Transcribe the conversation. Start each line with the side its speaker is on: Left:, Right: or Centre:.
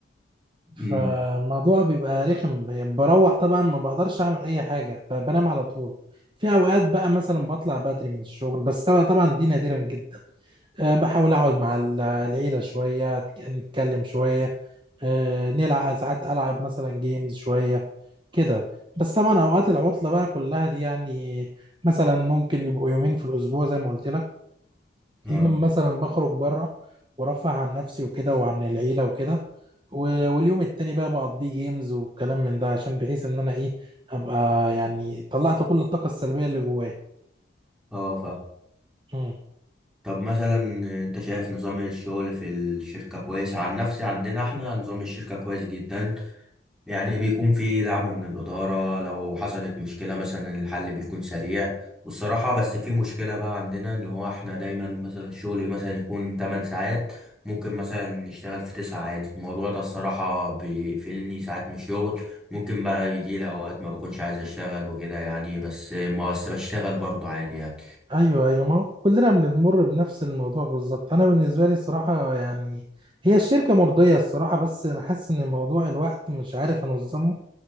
Right: فالموضوع
Centre: امم
Right: بيبقى رخم يعني بروح طبعا ما بقدرش اعمل اي حاجه ب- بنام على طول في اوقات بقى مثلا بطلع بدري من الشغل بس طبعا طبعا دي نادرا جدا أه بحاول اقعد مع ال- العيله شويه أتك- نتكلم شويه أه نلعب ساعات العب مثلا جيمز شويه كده بس طبعا اوقات العطله بقى كلها دي يعني مثلا ممكن يبقوا يومين في الاسبوع زي ما قلت لك
Centre: اه
Right: يوم مثلا بخرج بره ورفه عن نفسي وكده وعن العيلة وكده و- واليوم التاني بقى بقضيه جيمز وكلام من ده عشان بحيث ان انا ايه ابقى يعني طلعت كل الطاقة السلبية اللي جوايا
Centre: اه فاهم
Right: مم.
Centre: طب مثلا انت شايف نظام الشغل في الشركة كويس عن نفسي عندنا احنا نظام الشركة كويس جدا يعني بيكون في دعم من الإدارة لو حصلت مشكلة مثلا الحل بيكون سريع والصراحة بس في مشكلة بقى عندنا إن هو إحنا دايما مثلا الشغل مثلا يكون 8 ساعات ممكن مثلا نشتغل في 9 عادي الموضوع ده الصراحة بيقفلني ساعات من الشغل ممكن بقى يجي لي أوقات ما بكونش عايز أشتغل وكده يعني بس ما بس بشتغل برضه عادي يعني
Right: ايوه ايوه ما هو كلنا بنمر بنفس الموضوع بالظبط انا بالنسبة لي الصراحة يعني هي الشركة مرضية الصراحة بس انا حاسس ان موضوع الوقت مش عارف انظمه